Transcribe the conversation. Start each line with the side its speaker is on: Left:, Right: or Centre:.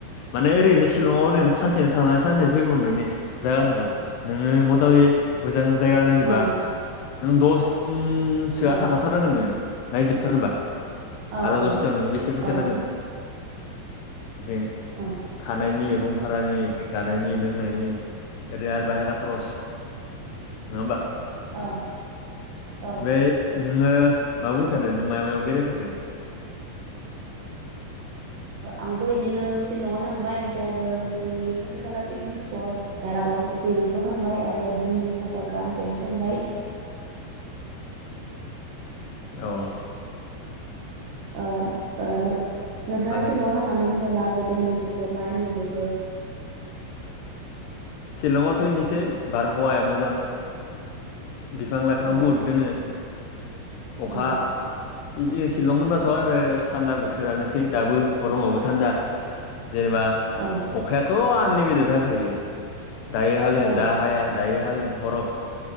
Left: माने ओरैनोशिलंआव ओरैनो सानसेनो थांनानै सानसेनो फैबाव नोंनि जागा नङा नोङो मथा म मोजां जाया नायनोबा
Right: ओं
Left: नों दस सोआ
Right: ओं
Left: थाखाथारनांगोन नोङो नायजोबथारनोबा।
Right: औ
Left: आरो
Right: औ
Left: दसनियाव नों बेसे फैसा
Right: ओं
Left: नांगोन? <unintelligible>
Right: ओं
Left: थानायानायनि रुम भारानि जानायनि लोंनायनि ओरैनो आरो बाहेरा खरस नङा ओमबा?
Right: औ औ
Left: बेै नोङो म मोसानो नों मायाव मायाव बेरायफेरखो?
Right: आंबो बिदिनो सिशलंआव थांबाय ओमफ्राय आरो जोंनि खाथि खाला पिकनिक स्पट दार गाव सकि बेफोराव थांबाय आरो दुमनि साहा बागान बेहाय थांबाय।
Left: औ।
Right: ओ ओ नों-नोंथाङा
Left: मा जायगायाव
Right: सिलं थांनानै जेनेबा मा बादि मोनबोखौ मा नुबोखो?
Left: शिलंआवथ' इनोसै बारहावाया मोजां। बिफां लाइफां
Right: औ
Left: बुहुद दोङो। अखा
Right: औ
Left: फैगा शिलं होनबाथ आरो थान्दा बोथोरानोसै दाबो गरमावबो थान्दा। जेनेबा
Right: औ
Left: अखायाथ आनलिमिटेड हाखायो। दायो हागोन
Right: औ
Left: दा हाया दायो हागोन हराव